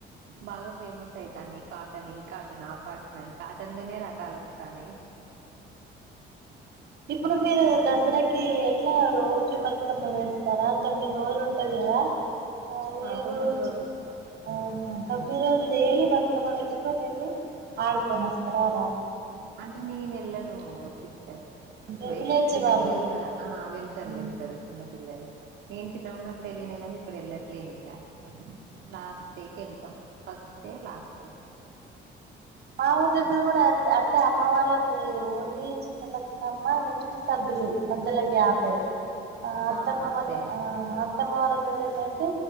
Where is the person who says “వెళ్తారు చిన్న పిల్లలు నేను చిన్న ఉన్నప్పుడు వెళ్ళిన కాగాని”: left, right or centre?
Right